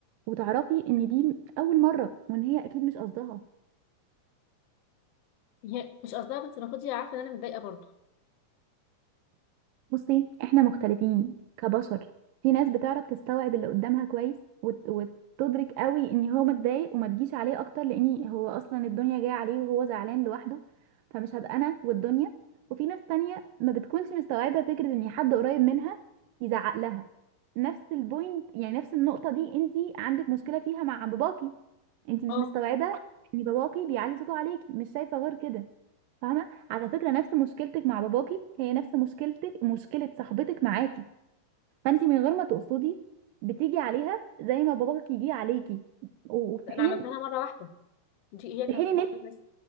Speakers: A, on the right (about 85°); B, on the left (about 60°).
A: وتعرفي ان دي اول مرة وان هي اكيد مش قصدها
B: هي مش قصدها بس المفروض هي عارفه ان انا متضايقه برضه
A: بصي احنا مختلفين كبشر في ناس بتعرف تستوعب اللي قدامها كويس وت... وتدرك قوي ان هو متضايق وما تجيش عليه اكتر لان هو اصلا الدنيا جايه عليه وهو زعلان لوحده فمش هبقى انا والدنيا وفي ناس تانية ما بتكونش مستوعبة فكرة ان حد قريب منها يزعق لها نفس البوينت يعني نفس النقطة دي انتي عندك مشكلة فيها مع باباكي انتي مش
B: اه
A: مستوعبة ان باباكي بيعلي صوته عليكي مش شايفة غير كده فاهمه على فكره نفس مشكلتك مع باباكي هي نفس مشكلتك مشكله صاحبتك معاكي فانت من غير ما تقصدي بتيجي عليها زي ما باباك يجي عليكي وفي
B: انا
A: حين
B: عملتها لها مره واحده دي هي
A: في
B: كانت
A: حين ان انت-
B: بس